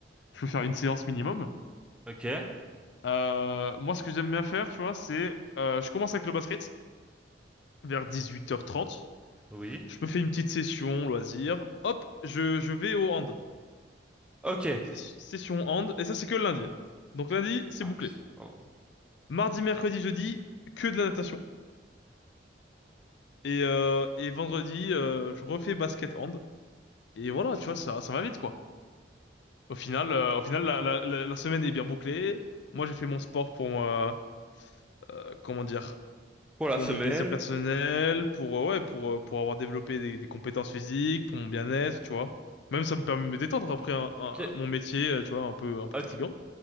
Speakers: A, on the left; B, in the centre.
A: je peux faire une séance minimum.
B: Ok.
A: Euh, moi, ce que j'aime bien faire, tu vois, c'est euh, je commence avec le basket vers 18h30.
B: Oui.
A: Je me fais une petite session loisir. Hop, je je vais au hand.
B: Ok.
A: Session hand et ça c'est que le lundi. Donc lundi, c'est
B: Ah,
A: bouclé.
B: pis- pardon.
A: Mardi, mercredi, jeudi, que de la natation et euh, et vendredi, euh, je refais basket hand et voilà, tu vois, ça ça va vite quoi. Au final, euh, au final, la, la- la- la semaine est bien bouclée. Moi, j'ai fait mon sport pour, euh, euh, comment dire,
B: Pour la
A: pour
B: semaine.
A: mon plaisir personnel, pour, euh, ouais, pour, euh, pour avoir développé des, des compétences physiques, pour mon bien-être, tu vois. Même ça me permet de me détendre après un- un-
B: Ok.
A: mon métier, euh, tu vois, un peu, un peu
B: Ah,
A: fatigant.